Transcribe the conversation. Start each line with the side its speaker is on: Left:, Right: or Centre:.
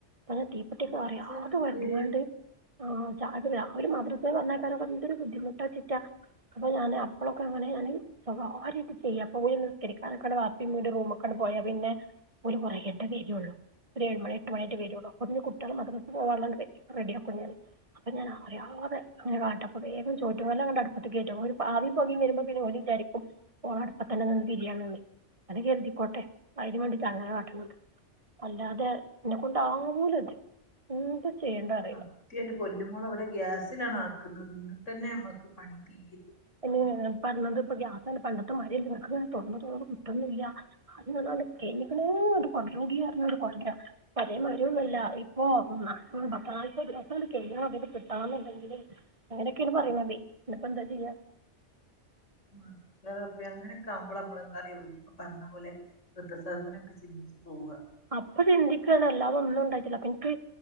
Right: ആ തീപ്പട്ടിക്കെ
Left: പടച്ച
Right: അറിയാതെ
Left: റബ്ബേ
Right: ഒര്തിങ്ങാ ണ്ട് ആഹ <unintelligible> രാവിലെ മദ്രസൽ പറഞ്ഞക്കാര എന്തൊരു ബുദ്ധിമുട്ടചിറ്റാ അപ്പൊ ഞാൻ അപ്പഴൊക്കെ അങ്ങനെ ഞാൻ ആ രീതി ചെയ്യാ അപ്പൊ പോയി നിസ്കരിക്കാക്ക വാപ്പിടെ റൂമൊക്കണ്ട് പോയാ പിന്നെ ഒരു കുറേ കഴിഞ്ഞിട്ടേ വരുള്ളൂ ഒരു ഏഴ് മണി എട്ട് മണി ആയിട്ടേ വരുള്ളൂ അപ്പോളേക്കും കുട്ടി മറ്റാള് മദ്രസക്ക് പോവാള്ളോണ്ടെ വേം റെഡിയാക്കും ഞാന് അപ്പ ഞാൻ അറിയാതെ ഇങ്ങനെ കാട്ടും അപ്പ വേഗം ചോറ്റു കലോങ്ങട് അടുത്തക്ക് കേറ്റും ഒരു ആവീം പൊകേം വരുമ്പോ പിന്നെ ഓല് വിചാരിക്കും ഓള് അടപ്പത്തന്നെ നിന്ന് തിരിയാണിന്ന് അത് കരുതിക്കോട്ടെ അതിന് വേണ്ടിട്ടാ അങ്ങനെ കാട്ടണത് അല്ലാതെ എന്നെ കൊണ്ടാവൂലത് എന്ത് ചെയ്യേണ്ടത് അറിയില്ല
Left: സത്യം എന്റെ പൊന്നുമോള് അവിടെ ഗ്യാസിലാണാ വെക്കണത് ഇന്നിട്ടെന്നെ ഞമ്മക്ക് പണി തീ
Right: എന്ന് ഞാൻ പറഞ്ഞത് ഇപ്പൊ ഗ്യാസാണ് പണ്ടത്തെ മാര്യ പ്രാരാവാണ് തൊർന്ന് തൊറന്ന് കിട്ടൊന്നില്ല <unintelligible> <unintelligible> പഴേമാര്യൊന്നല്ല ഇപ്പൊ ഉം പത്ത് നാല്പത് ദിവസംണ്ട് കഴിയണം അത്ണ്ട് കിട്ടണംന്ന്ണ്ടെങ്കില് അങ്ങനെയൊക്കെയാണ് പറയണതേ പിന്നെപ്പോ എന്താ ചെയ്യ
Left: ഉം ഇൻ്റെ റെബേ അങ്ങനെയൊക്കെ ആവുമ്പളാ നമ്മളെന്താറിയാ ഇപ്പ പറഞ്ഞ പോലെ വൃദ്ധ സദനൊക്കെ ചിന്തിച്ച് പൂവാ
Right: അപ്പൊ അത് ചിന്തിക്ക്യാണ് അല്ലാതും ഒന്നും ഉണ്ടായിട്ടില്ല അപ്പൊ എനിക്ക്